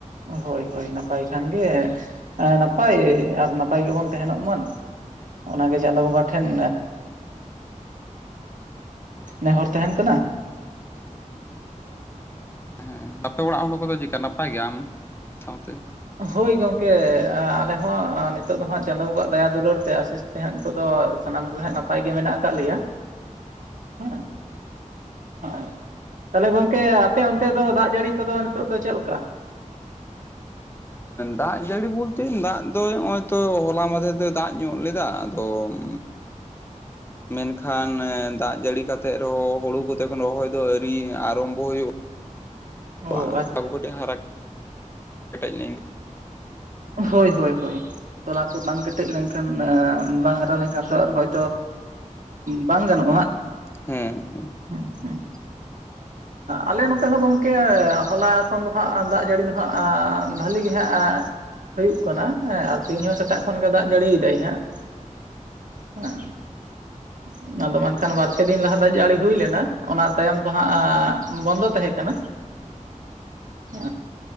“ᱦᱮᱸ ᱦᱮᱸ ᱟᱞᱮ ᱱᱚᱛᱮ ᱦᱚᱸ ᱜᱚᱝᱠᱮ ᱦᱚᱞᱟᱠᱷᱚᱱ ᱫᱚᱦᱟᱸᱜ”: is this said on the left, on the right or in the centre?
Right